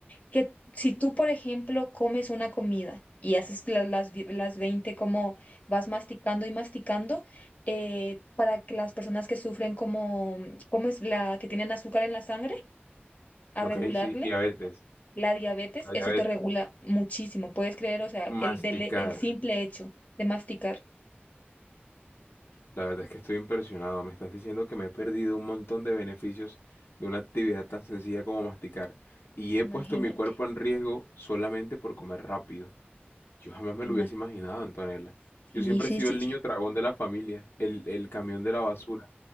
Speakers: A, on the left; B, on the left.
A: que si tú, por ejemplo, comes una comida y haces la- las, vi- las 20 como vas masticando y masticando, eh, para que las personas que sufren como, como es la que tienen azúcar en la sangre, a
B: Ok,
A: regularle
B: sí, diabetes.
A: la diabetes,
B: La diabetes.
A: eso te regula muchísimo, puedes creer, o sea, el,
B: Masticar.
A: del- el simple hecho de masticar,
B: La verdad es que estoy impresionado. Me estás diciendo que me he perdido un montón de beneficios de una actividad tan sencilla como masticar. Y
A: imagínate,
B: he puesto mi cuerpo en riesgo solamente por comer rápido. Yo jamás me
A: imagínate.
B: lo hubiese imaginado, Antonella.
A: Sí,
B: Yo siempre
A: sí,
B: he sido
A: sí.
B: el
A: sí.
B: niño tragón de la familia, el, el camión de la basura,